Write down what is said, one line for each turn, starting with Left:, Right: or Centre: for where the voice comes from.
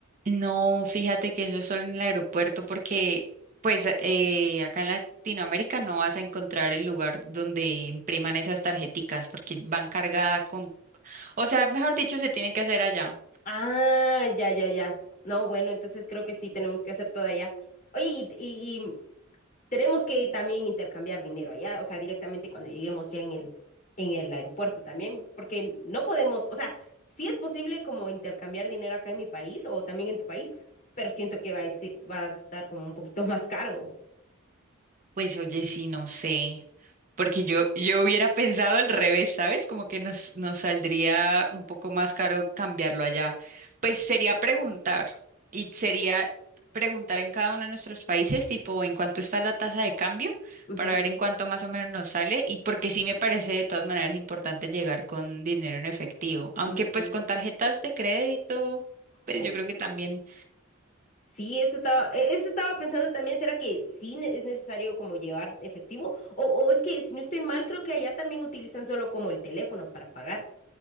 Right: No, fíjate que eso es solo en el aeropuerto porque pues eh, acá en Latinoamérica no vas a encontrar el lugar donde impriman esas tarjeticas porque van cargadas con, o sea, mejor dicho, se tienen que hacer allá.
Left: Ah, ya, ya, ya. No, bueno, entonces creo que sí tenemos que hacer todo allá. Oye, y, y- y tenemos que también intercambiar dinero allá, o sea, directamente cuando lleguemos ya en el, en el aeropuerto también, porque no podemos, o sea, sí es posible como intercambiar dinero acá en mi país o también en tu país, pero siento que va a, ese- va a estar como un poquito <laughs> más caro.
Right: Pues oye, sí, no sé, porque yo, yo hubiera pensado al revés, ¿sabes? Como que nos, nos saldría un poco más caro cambiarlo allá. Pues sería preguntar, y sería preguntar en cada uno de nuestros países, tipo, en cuánto está la tasa de cambio,
Left: Ujú,
Right: para ver en cuánto más o menos nos sale, y porque sí me parece de todas maneras importante llegar con dinero en efectivo, aunque
Left: ujú.
Right: pues con tarjetas de crédito, pues
Left: O-
Right: yo creo que también
Left: Sí, eso estaba, e- eso estaba pensando también, ¿será que sí ne- es necesario como llevar efectivo? O, o es que si no estoy mal, creo que allá también utilizan solo como el teléfono para pagar.